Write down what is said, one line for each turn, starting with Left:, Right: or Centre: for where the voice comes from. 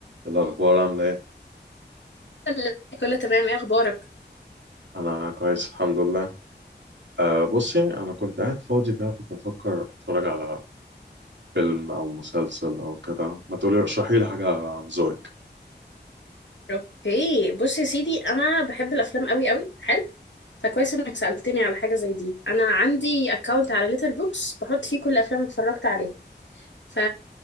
Right: الأخبار عاملة إيه؟
Left: لا، كله تمام ايه اخبارك
Right: أنا كويس الحمد لله أه بصي أنا كنت قاعد فاضي كده كنت بفكر أتفرج على فيلم أو مسلسل أو كده ما تقولي ارشحي لي حاجة عن ذوقك
Left: اوكي بص يا سيدي انا بحب الافلام قوي قوي حلو فكويس انك سالتني على حاجه زي دي انا عندي اكونت على ليتر بوكس بحط فيه كل الافلام اللي اتفرجت عليها ف